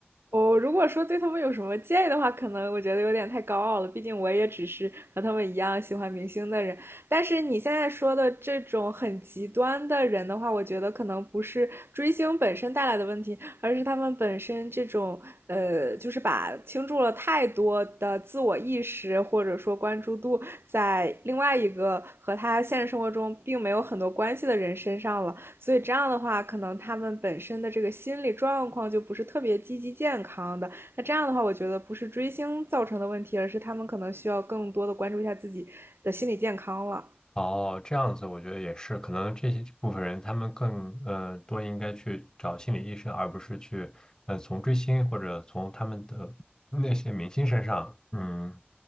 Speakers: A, on the right; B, on the left.
A: 我如果说对他们有什么建议的话，可能我觉得有点太高傲了。毕竟我也只是和他们一样喜欢明星的人。但是你现在说的这种很极端的人的话，我觉得可能不是追星本身带来的问题，而是他们本身这种呃，就是把倾注了太多的自我意识或者说关注度在另外一个和他现实生活中并没有很多关系的人身上了。所以这样的话，可能他们本身的这个心理状况就不是特别积极健康的。那这样的话，我觉得不是追星造成的问题，而是他们可能需要更多的关注一下自己的心理健康了。
B: 哦，这样子我觉得也是，可能这些这部分人他们更呃多应该去找心理医生，而不是去呃从追星或者从他们的那些明星身上嗯